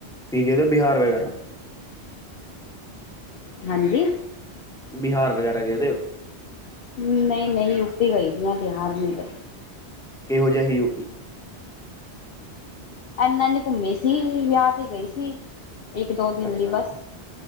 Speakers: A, in the centre; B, on the left (about 60°).
A: ਤੁਸੀਂ ਗਏ ਦੇ ਹੋ ਬਿਹਾਰ ਵਗੈਰਾ <unintelligible>
B: ਹਾਂਜੀ
A: ਬਿਹਾਰ ਵਗੈਰਾ ਗਏ ਦੇ ਓ?
B: ਨਈ-ਨਈ ਯੂਪੀ ਗਈ ਦੀਆ ਬਿਹਾਰ ਨੀਂ ਗਈ
A: ਕਿਹੋ ਜਿਹਾ ਹੀ ਯੂਪੀ
B: ਇਨਾ ਨੀ ਘੁੰਮੀ ਸੀ ਵਿਆਹ ਤੇ ਗਈ ਸੀ। ਇੱਕ ਦੋ ਦਿਨ
A: ਅੱਛਾ
B: ਲਈ ਬਸ।